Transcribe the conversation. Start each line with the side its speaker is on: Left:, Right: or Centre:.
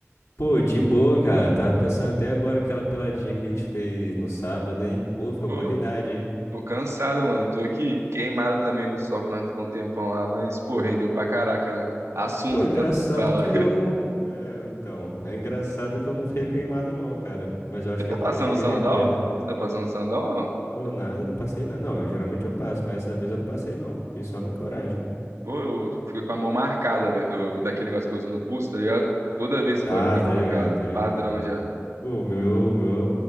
Left: Pô, de boa, cara. Tava pensando até agora aquela peladinha que a gente fez no sábado, hein? Pô, ficou
Right: Pô,
Left: qualidade, hein?
Right: tô cansado, mano. Tô aqui queimado também do sol que nós ficamos um tempão lá, mas, pô, rendeu pra caraca, né? Assunto
Left: Pô, é engraçado
Right: também, fala.
Left: que
Right: <laughs>
Left: eu não. É, então, é engraçado que eu não fiquei queimado, não, cara. Mas eu acho
Right: Você
Left: que
Right: tá
Left: é porque
Right: passando
Left: eu cheguei
Right: sandal?
Left: depois, né?
Right: Você tá passando sandal ou não?
Left: Pô, nada, não passei nada. Não, eu- geralmente eu passo, mas essa vez eu não passei, não. Fiz só na coragem.
Right: Pô, eu fico com a mão marcada, velho, do- daquele negócio que eu uso no pulso, tá ligado? Toda vez esse
Left: Ah,
Right: bagulho fica
Left: tá ligado,
Right: marcado.
Left: tá ligado.
Right: Padrão já.
Left: Pô, o meu, é o o meu é